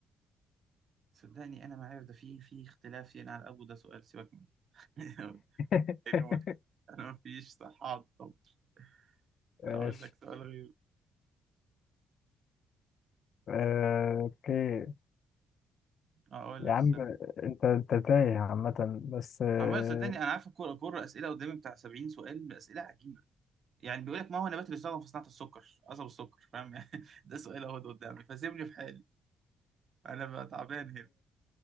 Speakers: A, on the right; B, on the left.
A: صدقني انا ما عارف ده في في اختلاف يعني على ابو ده سؤال سيبك منه <laughs>
B: <laughs>
A: لانه متعب. انا ما فيش صحة على الضبط
B: ماشي
A: اقول لك سؤال غير
B: آه، اوكي
A: اقول
B: يا
A: لك
B: عم انت انت تايه عامة بس آه،
A: عمال صدقني انا عارف الكوره الكوره اسئله قدامي بتاع 70 سؤال باسئله عجيبه يعني بيقول لك ما هو النبات اللي استخدم في صناعه السكر قصب السكر فاهم يعني <laughs> ده سؤال اهو قدامي فسيبني في حالي انا بقى تعبان هنا